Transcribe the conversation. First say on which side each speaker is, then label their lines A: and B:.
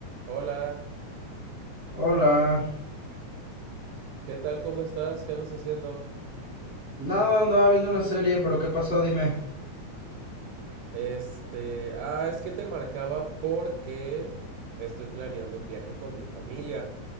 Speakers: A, on the right (about 85°); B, on the right (about 45°).
A: Hola,
B: Hola.
A: ¿qué tal? ¿Cómo estás? ¿Qué andas haciendo?
B: Nada, andaba viendo una serie, pero ¿qué pasó? Dime.
A: Este, ah, es que te marcaba porque estoy planeando un viaje con mi familia.